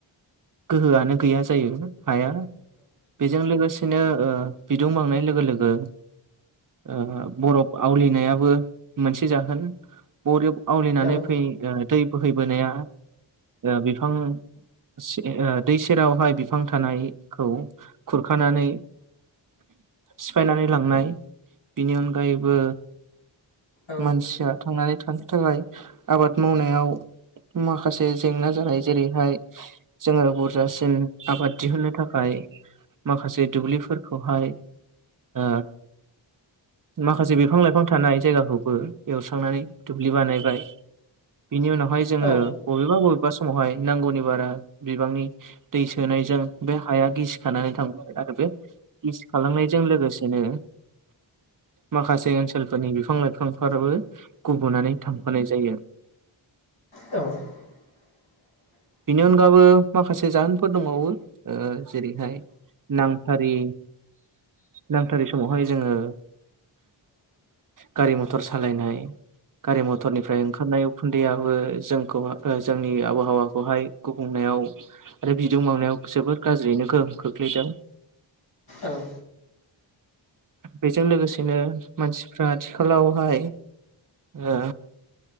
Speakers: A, on the right; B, on the left.
A: गोहोआनो गैया जायो हाया। बेजों लोगोस सेनो ओ बिदुं बांनाय लोगो लोगो ओ बरफ आवलिनायाबो मोनसे जाहोन बरिब आवलिनानै
B: औ
A: फै दै बोहैबोनाया ओ बिफां सिं ओ दै सेरावहाय बिफां थानायखौ खुरखानानै सिफायनानै लांनाय बेनि अनगायैबो
B: औ
A: मानसिया थांनानै थानो थाखाय आबाद मावनायाव माखासे जेंना जानाय। जेरै हाय जोङो बुरजासिन आबाद दिहुननो थाखाय माखासे दुब्लिफोर खौहाय ओ माखासे बिफां लाइफां थानाय जायगाखौ बो एवस्रांनानै दुब्लि बानायबाय। बिनि उनावहाय जोङो
B: औ
A: बबेबा बबेबा स समावहाय नांगौनि बारा बिबांनि दै सोनायजों बे हाया गिसिखानानै थांबाय आरो। बे गिसि खालामनायजों लोगोसेनो माखासे ओनसोलफोरनि बिफां लाइफांफोराबो गुबुंनानै थांफानाय जायो।
B: औ <inaudible>
A: बिनि अनगाबो माखासे जाहोनफोर दंबावो ओ जेरैहाय नांथारि नांथारि समावहाय जोङो
B: <inaudible>
A: गारि मथर सालायनाय गारि मथरनिफ्राय ओंखारनाय उखुन्दैयाबो जोंखौ जोंनि आबहावाखौहाय गुबुंले आरो बिदुं बांनायाव जोबोद गाज्रियैनो गोहोम खोख्लैदों।
B: औ।
A: बेजों लोगोसेनो मानसिफ्रा आथिखालावहाय ओ